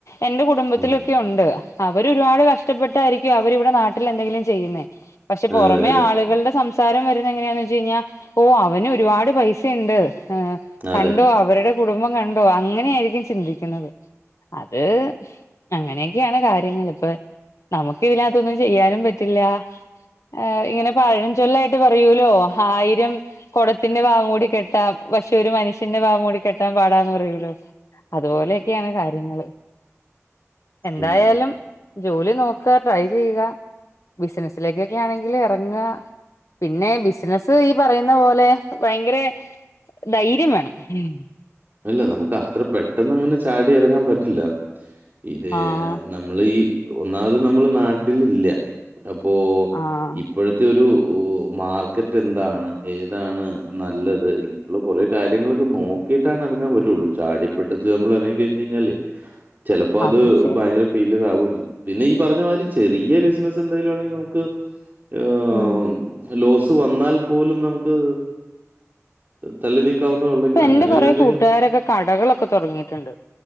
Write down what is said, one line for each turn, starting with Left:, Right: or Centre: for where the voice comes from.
Left: എൻ്റെ കു ടുംബത്തിലൊക്കെ
Right: ഉം.
Left: ഉണ്ട് അവര് ഒരുപാട് കഷ്ടപ്പെട്ടായിരിക്കും അവരി ഇവിടെ നാട്ടിൽ എന്തെങ്കിലും ചെയ്യുന്നേ പക്ഷെ പൊറമെ
Right: അതെ, അതെ.
Left: ആളുകളുടെ സം സാരം വരുന്ന എങ്ങനെയാന്ന് വച്ച് കഴിഞ്ഞാൽ ഓഹ് അവന് ഒരുപാട് പൈസയ്ണ്ട്. കണ്ടോ
Right: അതെ.
Left: അവരുടെ കുടുംബം കണ്ടോ അങ്ങനെയായിരിക്കും ചിന്തിക്കുന്നത്. അത് അങ്ങനെയൊക്കെയാണ് കാര്യങ്ങൾള് ഇപ്പൊ നമുക്ക് ഇതിനകത്തൊന്നും ചെയ്യാനും പറ്റില്ല. ആഹ് ഇങ്ങനെ പാഴം ചൊല്ലായിട്ട് പറയൂലോ ആയിരം കൊടത്തിന്റെ ഭാഗം കൂടി കെട്ട പക്ഷെ ഒരു മനുഷ്യ ന്റെ വാ മൂടി കെട്ടാൻ പാടാന്ന് പറയൂല്ലോ അതുപോലെയൊക്കെയാണ്
Right: ഉം.
Left: കാര്യങ്ങള്. എന്തായാലും
Right: ഉം.
Left: ജോലി നോക്കുക ട്രൈ ചെയ്യുക ബിസിനസ്സിലേക്കൊക്കേയാണെങ്കില് എറങ്ങ പിന്നെ ബിസിനസ്സ് ഈ പറയുന്ന പോലെ ഭയങ്കര ധൈര്യം വേണം ഉം
Right: അല്ല നമുക്ക് അത്ര പെട്ടെന്ന് ങ്ങനെ ചാടി എറങ്ങാൻ പറ്റില്ല ഇത് <unintelligible>
Left: ആഹ്
Right: നമ്മള് ഈ ഒന്നാമത് നമ്മള് നാട്ടിൽ ഇല്ല അപ്പോ
Left: ആഹ്
Right: ഇപ്പോഴത്തെ ൻ്റെയൊരു മാർക്കറ്റ് എന്താണ് ഏതാണ് നല്ലത് മ്മള് കുറേ കാര്യങ്ങളൊക്ക നോക്കിട്ട് ട്ടാനേറങ്ങാൻ പറ്റുവൊള്ളു ചാടിപ്പെടച്ച് നമ്മൾ എറങ്ങി കഴിഞ്ഞ് കഴിഞ്ഞാലെ ചെലപ്പോ
Left: അതും
Right: അത്
Left: ശരി
Right: ഭയങ്കര <unintelligible> ചെയ്യും പിന്നെ ഈ പറഞ്ഞ മാതിരി ചെറിയ ബിസിനസ് എന്തായലും ആണെങ്കി നമുക്ക് ആം
Left: ഉം
Right: ലോസ് വന്നാൽ പോലും നമുക്ക് തള്ളി നീക്കാവുന്നൊള്ളെങ്കിൽ
Left: ഇപ്പൊ എന്റെ
Right: അങ്ങനെയുള്ള
Left: കൊറെ
Right: എന്ത്
Left: കൂട്ടുകാരൊക്കെ കടകളൊക്കെ തൊടങ്ങിട്ടുണ്ട്